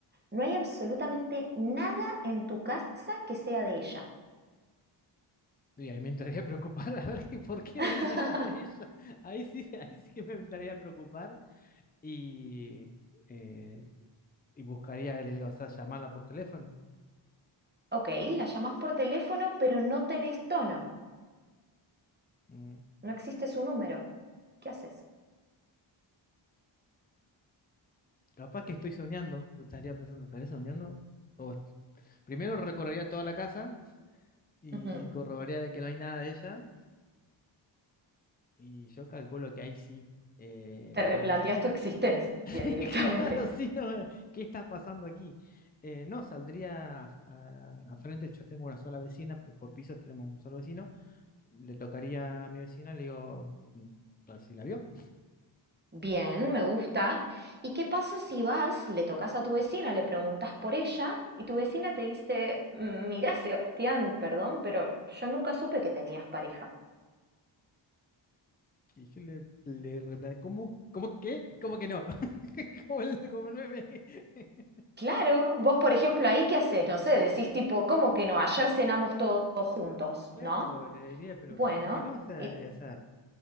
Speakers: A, on the right (about 20°); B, on the left (about 20°).
A: no hay absolutamente nada en tu casa que sea de ella.
B: y ahí me entraría a preocupar <laughs> a ver que, por qué
A: <laughs>
B: no hay nada de eso. Ahí sí, <laughs> ahí sí que me entraría a preocupar y, eh, y buscaría el, o sea, llamarla por teléfono.
A: Ok, la llamás por teléfono, pero no tenés tono,
B: Mm,
A: no existe su número. ¿Qué haces?
B: Capaz que estoy soñando, me estaría pensando, ¿estaré soñando? O- primero recorrería toda la casa y
A: Ujú,
B: corroboraría de que no hay nada de ella. Y yo calculo que ahí sí. eh,
A: Te replanteas
B: bueno,
A: tu existencia
B: <laughs>
A: directamente.
B: claro, sí, no, ¿qué está pasando aquí? Eh, no, saldría a, a- a frente, yo tengo una sola vecina, por, por piso tenemos un solo vecino, le tocaría a mi vecina, le digo, mm, a ver si la vio.
A: Bien, me gusta. ¿Y qué pasa si vas, le tocas a tu vecina, le preguntas por ella y tu vecina te dice, mirá, Sebastián, perdón, pero yo nunca supe que tenías pareja?
B: Y yo le, le replante- ¿cómo, cómo qué? ¿Cómo que no? <laughs> Como el, como el meme. <laughs>
A: Claro, vos por ejemplo ahí qué haces, no sé, decís tipo, ¿cómo que no? Ayer cenamos todos juntos,
B: Claro,
A: ¿no?
B: le diría, pero
A: Bueno,
B: ¿cómo que no? O sea,
A: y
B: o sea,